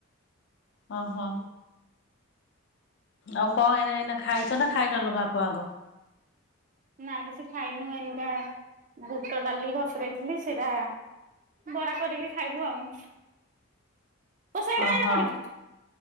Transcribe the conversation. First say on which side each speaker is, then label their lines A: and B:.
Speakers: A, on the left; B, on the right.
A: ଅ ହ। ଆଉ କଣ ଏଇନା ଏଇନା ଖାଇଛ ନା ଖାଇନ ଲ ମା ପୁଅ ଆଙ୍କ?
B: ନାଇଁ କିଛି ଖାଇନୁ ଏଇନିକା ବୁଟଡାଲି ବୋତରେଇଥିଲି ସେଇଟା ବରା କରିକିରି ଖାଇବୁ ଆଉଁ। ତୁ ସିଆଡେ
A: ଓହୋ
B: ଯାଆନା ପଡ଼ିବୁ।